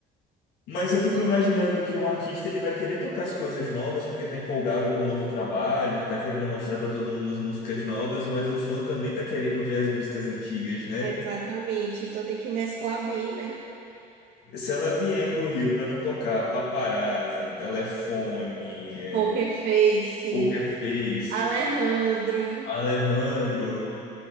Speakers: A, on the left; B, on the right.
A: Mas eu fico imaginando que um artista ele vai querer tocar as coisas novas porque tá empolgado com o novo trabalho, tá querendo mostrar para todo mundo as músicas novas, mas o fã também tá querendo ver as músicas antigas, né?
B: Exatamente. Então tem que mesclar bem, né?
A: Se ela vier pro Rio para não tocar Paparazzi, Telefone, é,
B: Poker Face,
A: Poker Face,
B: Alejandro.
A: Alejandro,